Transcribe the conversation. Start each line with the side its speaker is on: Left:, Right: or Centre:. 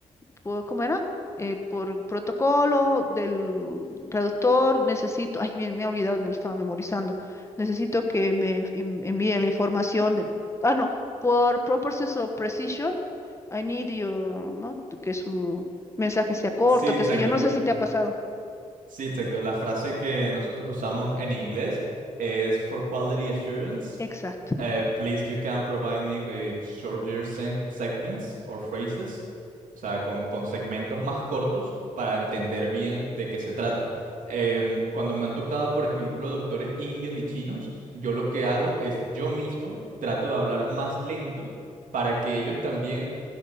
Left: por- ¿cómo era? Eh, por protocolo del traductor, necesito, ay, me, me he olvidado, me lo estaba memorizando, necesito que me en- envíen la información de, ah, no, por purposes of precision, I need your, ¿no? Tu- Que su mensaje sea corto,
Right: Sí, exacto.
Left: qué sé yo, no
Right: me-
Left: sé si te ha pasado.
Right: Sí, exacto. La frase que nosotros usamos en inglés es for quality assurance
Left: Exacto.
Right: Uh, please, you can provide me with shorter sen- segments or phrases, o sea, con, con segmentos más cortos para entender bien de qué se trata. Em, cuando me han tocado, por ejemplo, doctores indios y chinos, yo lo que hago es yo mismo trato de hablar más lento para que ellos también